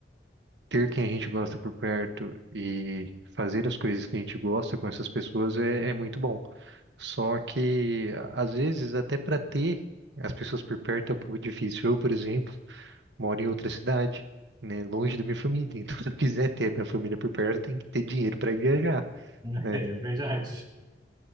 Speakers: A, on the right; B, on the right.
A: ter quem a gente gosta por perto e fazer as coisas que a gente gosta com essas pessoas é, é muito bom. Só que, a- às vezes, até para ter as pessoas por perto é um pouco difícil. Eu, por exemplo, moro em outra cidade, né, longe da minha família. <laughs> Então, se eu quiser ter a minha família por perto, eu tenho que ter dinheiro para viajar.
B: <laughs>
A: né?
B: É verdade.